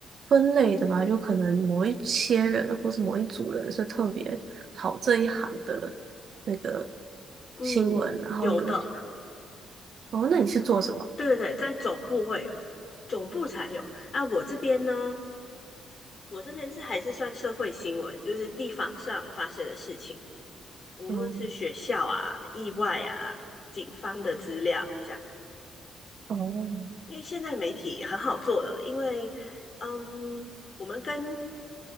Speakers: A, on the right; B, on the left.
A: 分类的吗？就可能某一些人或是某一组人是特别好这一行的那个
B: 嗯，
A: 新闻，然后有一些
B: 有的，
A: 哦，那你是做什么
B: 对对对，在总部会。有。总部才有啊。我这边呢，我这边是还是算社会新闻，就是地方上发生的事情，无论是学校啊、
A: 的哦
B: 意外啊、警方的资料这样。
A: 哦，
B: 因为现在媒体很好做了，因为嗯，我们跟